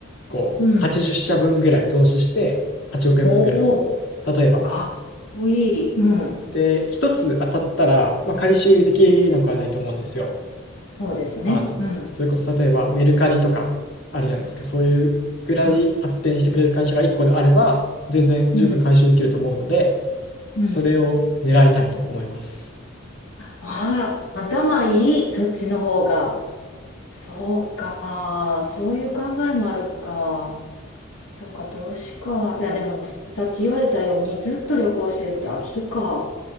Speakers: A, on the left (about 60°); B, on the left (about 85°).
A: こう、
B: うん。
A: 80社分ぐらい投資して、8億円分ぐらい。
B: おー。
A: 例えば。
B: かっこいい。うん。
A: で、一つ当たったら、まあ、回収できなくはないと思うんですよ。
B: うんそうですね。
A: あの、
B: うん。
A: それこそ例えばメルカリとかあるじゃないですか。そういうぐらい発展してくれる会社が1個であれば、
B: うん。
A: 全然十分回収できると思うので、
B: うん。うん。
A: それを狙いたいと思います。
B: ああ、頭いい。そっちの方が。そうか。そういう考えもあるか。そうか、投資か。いや、でも、さっき言われたように、ずっと旅行してるって飽きるか。